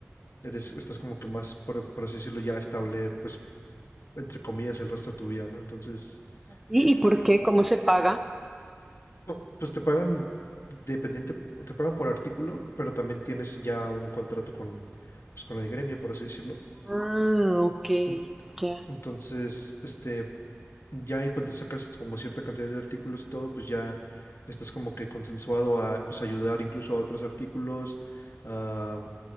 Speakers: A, on the left; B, in the centre.
A: eres, estás como que más, por, por así decirlo, ya estable, pues, entre comillas, el resto de tu vida, ¿no? Entonces,
B: ¿Y, y por
A: eh,
B: qué?
A: t-
B: ¿Cómo se paga?
A: pu- pues te pagan, dependiente, te pagan por artículo, pero también tienes ya un contrato con, pues, con el gremio, por así decirlo.
B: Ah, ok,
A: En-
B: ya,
A: Entonces, este, Ya ahí cuando sacas como cierta cantidad de artículos y todo, pues ya estás como que consensuado a pues ayudar incluso a otros artículos, a,